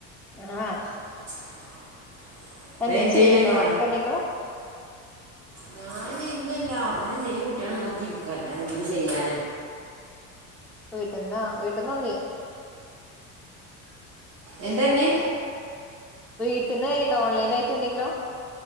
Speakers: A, in the centre; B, on the right.
A: ആഹ
B: <unintelligible>
A: ഇപ്പ എന്ത
B: ഒരു എൻജോയ്മെന്റ്
A: ചെയ്യണ്ടോ വർക്ക് എന്തെിലോ
B: ഞാന് ഇല്ലില്ല അന്ന് ചെയ്യ കുട്ടികള് നോക്കിയിരിക്കല്ല എന്ത് ചെയ്യാന്
A: വീട്ടിൽന്ന് വീട്ടന്നേ
B: എന്ത്പറഞ്ഞി
A: വീട്ടിന്ന്റെ ഓൺലൈൻ ആട്ട് എന്തെങ്കിലോ